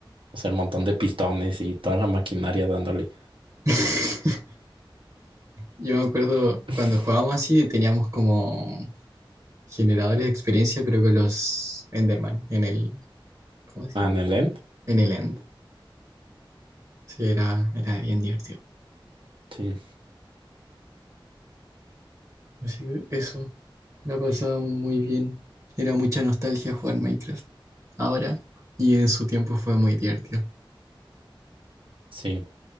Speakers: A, on the right; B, on the right.
A: o sea, el montón de pistones y toda la maquinaria dándole.
B: <laughs> Yo me acuerdo
A: <laughs>
B: cuando jugábamos así, teníamos como generadores de experiencia, pero con los Enderman en el, ¿cómo se
A: Ah,
B: llama?
A: en el end.
B: En el End. Sí, era, era bien divertido.
A: Sí,
B: Así que eso, la pasábamos muy bien. Era mucha nostalgia jugar Minecraft ahora y en su tiempo fue muy divertido.
A: sí.